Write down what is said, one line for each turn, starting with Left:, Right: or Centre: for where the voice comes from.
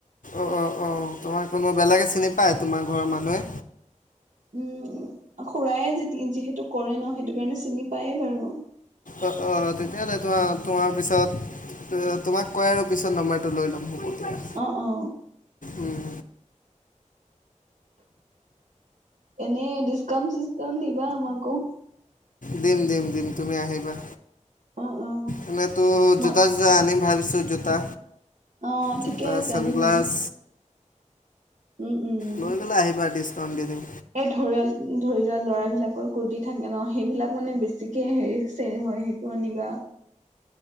Left: অ অ অ তোমাৰ কোনো বেলেগে চিনি পায় তোমাৰ ঘৰৰ মানুহে?
Right: উম খুৰায়ে যে যিহেতু কৰে ন সেইটো কাৰণে চিনি পায়ে বাৰু।
Left: অ অ তেতিয়াহলে তোমাৰ তোমাৰ পিছত তোমাক কয় আৰু পিছত নম্বাৰটো লৈ ল'ম হ'ব। দিয়া
Right: অ অ।
Left: উম
Right: এনে ডিসকাউণ্ট চিচকাণ্ট দিবা আমাকো।
Left: দিম দিম দিম তুমি আহিবা
Right: অ', অ',
Left: এনেই তো
Right: ম
Left: জোতা চোতা আনিম ভাবিছ- ছু জোতা।
Right: অ
Left: জোতা
Right: ঠিকে আছে
Left: ছানগ্লাছ
Right: আনিম আনিমে। উম উম
Left: লৈ পেলাই আহিবা ডিছকাউণ্ট দি দিম
Right: এই ধৰিয়াল ধৰি লোৱা লৰা বিলাকৰ কুৰ্তি থাকে ন সেইবিলাক মানে বেছিকে হেৰি চেল হয় সেইটো আনিবা।